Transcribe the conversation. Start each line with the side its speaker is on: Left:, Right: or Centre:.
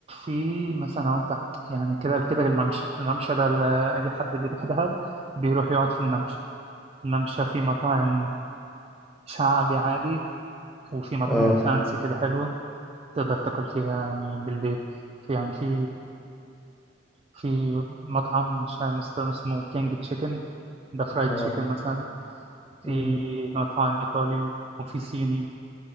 Right: في مثلا لو انت يعني كده كده الممشى الممشى ده ال- اي حد بيروح دهب بيروح يقعد في الممشى الممشى فيه مطاعم شعبي عادي وفي مطاعم
Centre: اه
Right: فانسي كده حلوة تقدر تاكل فيها يعني بالليل في يعني في في مطعم مش عارف اسمه اسمه كينج تشيكن ده فرايد
Centre: اه
Right: تشيكن مثلا في
Centre: مم.
Right: مطاعم ايطالي وفي صيني